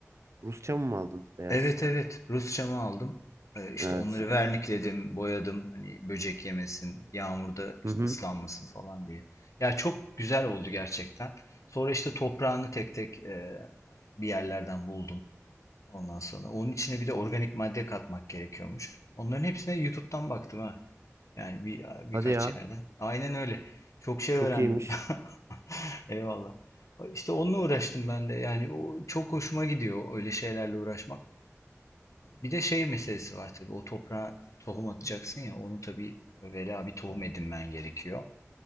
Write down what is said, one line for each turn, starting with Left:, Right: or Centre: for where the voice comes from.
Right: Rusça mı aldın? Beyaz.
Left: Evet evet. Rus çamı aldım. Ee, işte
Right: Evet.
Left: onları vernikledim, boyadım. Hani böcek yemesin, yağmurda
Right: Hı
Left: işte
Right: hı.
Left: ıslanmasın falan diye. Ya çok güzel oldu gerçekten. Sonra işte toprağını tek tek e, bir yerlerden buldum. Ondan sonra onun içine bir de organik madde katmak gerekiyormuş. Onların hepsine YouTube'dan baktım ha. Yani bir birkaç
Right: Hadi ya.
Left: yerden. Aynen öyle. Çok şey
Right: Çok
Left: öğrendim.
Right: iyiymiş.
Left: <laughs> Eyvallah. İşte onunla uğraştım ben de. Yani o çok hoşuma gidiyor öyle şeylerle uğraşmak. Bir de şey meselesi var tabii. O toprağa tohum atacaksın ya. Onu tabii evvela bir tohum edinmen gerekiyor.